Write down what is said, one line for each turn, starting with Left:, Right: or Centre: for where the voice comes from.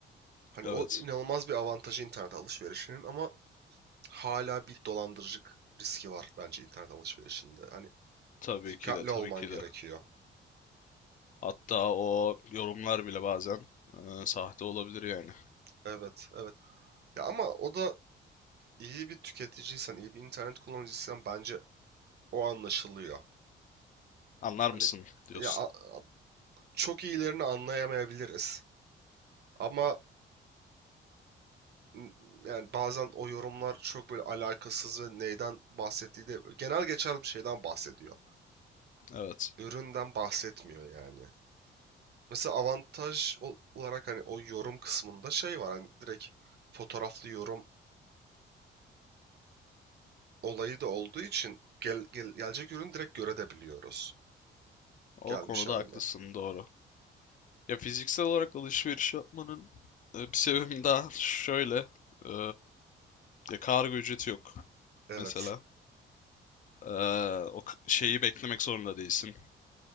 Right: Hani
Left: Evet.
Right: o inanılmaz bir avantajı internet alışverişinin ama hala bir dolandırıcılık riski var bence internet alışverişinde. Hani
Left: Tabii
Right: Dikkatli
Left: ki de, tabii
Right: olman
Left: ki
Right: gerekiyor.
Left: de. Hatta o yorumlar bile bazen e, sahte olabilir yani.
Right: Evet, evet. Ya ama o da iyi bir tüketiciysen, iyi bir internet kullanıcısıysan bence o anlaşılıyor.
Left: Anlar
Right: Hani
Left: mısın diyorsun.
Right: ya a- çok iyilerini anlayamayabiliriz ama n- yani bazen o yorumlar çok böyle alakasız ve neyden bahsettiği de genel geçer bir şeyden bahsediyor.
Left: Evet.
Right: Üründen bahsetmiyor yani. Mesela avantaj ol- olarak hani o yorum kısmında şey var hani direkt fotoğraflı yorum olayı da olduğu için gel, gel- gelecek ürünü direkt görebiliyoruz.
Left: O
Right: Gelmiş
Left: konuda
Right: haline.
Left: haklısın, doğru. Ya fiziksel olarak alışveriş yapmanın e, bir sebebi daha şöyle. e, ya kargo ücreti yok
Right: Evet.
Left: mesela. E, o k- şeyi beklemek zorunda değilsin.